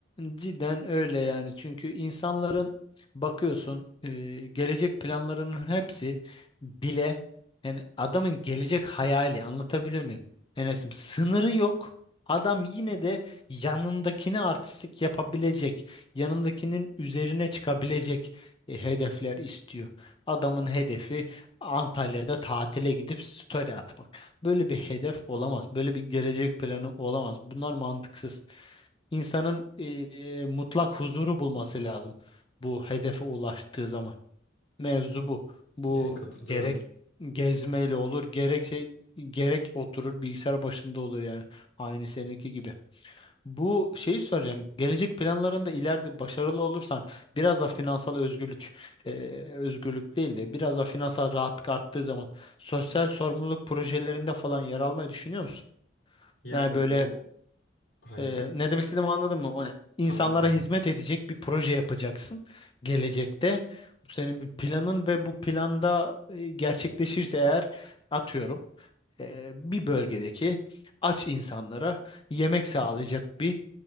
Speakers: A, on the left; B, on the left.
A: Cidden öyle yani. Çünkü insanların bakıyorsun e, gelecek planlarının hepsi bile yani adamın gelecek hayali anlatabiliyor muyum? Enes'im sınırı yok. Adam yine de yanındakini artistik yapabilecek, yanındakinin üzerine çıkabilecek e, hedefler istiyor. Adamın hedefi Antalya'da tatile gidip story atmak. Böyle bir hedef olamaz. Böyle bir gelecek planı olamaz. Bunlar mantıksız. İnsanın e, mutlak huzuru bulması lazım bu hedefe ulaştığı zaman. Mevzu bu. Bu
B: Yani katılıyorum.
A: gerek gezmeyle olur, gerek şey gerek oturur bilgisayar başında olur yani. Aynı seninki gibi. Bu şeyi soracağım. Gelecek planlarında ileride başarılı olursan biraz da finansal özgürlük e, özgürlük değil de biraz da finansal rahatlık arttığı zaman sosyal sorumluluk projelerinde falan yer almayı düşünüyor musun?
B: Yani
A: Yani böyle
B: bu hani
A: ee, ne demek istediğimi anladın mı? O ne? İnsanlara
B: anladım anladım.
A: hizmet edecek bir proje yapacaksın gelecekte. Bu senin bir planın ve bu planda e, gerçekleşirse eğer atıyorum e, bir bölgedeki aç insanlara yemek sağlayacak bir